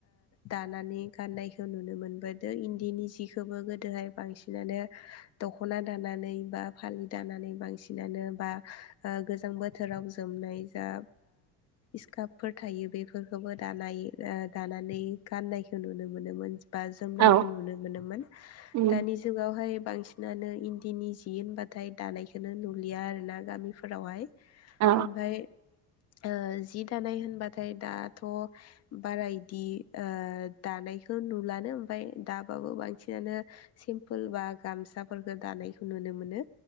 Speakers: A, on the left; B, on the right.
A: दानानै गाननायखौ नुनो मोनबोदों इन्दिनि जिखौबो गोदोहाय बांसिनानो दख'ना दानानै बा फालि दानानै बांसिनानो बा गोजां बोथोराव जोमनाय जा स्कपफोर थायो बे बेफोरखौबो दानाय दानानै गाननायखौ नुनो मोनोमोन। बा जोमनायखौ
B: औ
A: नुनो मोनोमोन
B: उम
A: दानि जुगावहाय बांसिनानो इन्दिनि जि होनबाथाय दानायखो नुलिया आरो ना गामिफोरावहाय
B: औ
A: ओमफाय ओ जि दानाय ओमबाथ दाथ' बारा इदि ओ दानायखौ नुलानो ओमफाय दाबाबो बांसिनानो सिम्पोल बा गामसाफोरफोरखौ दानायखौ नुनो मोनो